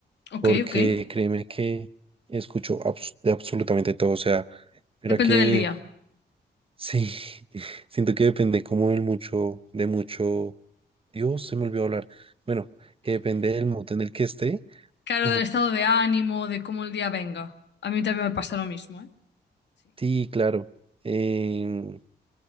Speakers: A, on the left; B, on the right.
A: Ok,
B: porque
A: ok.
B: créeme que escucho abs- de absolutamente todo. O sea, mira
A: Depende
B: que
A: del día.
B: sí, <laughs> siento que depende como del mucho, de mucho. Dios, se me olvidó hablar. Bueno, que depende del mood en el que esté.
A: Claro,
B: Ajá.
A: del estado de ánimo, de cómo el día venga. A mí también me pasa lo mismo, ¿eh? Sí.
B: Sí, claro. Em,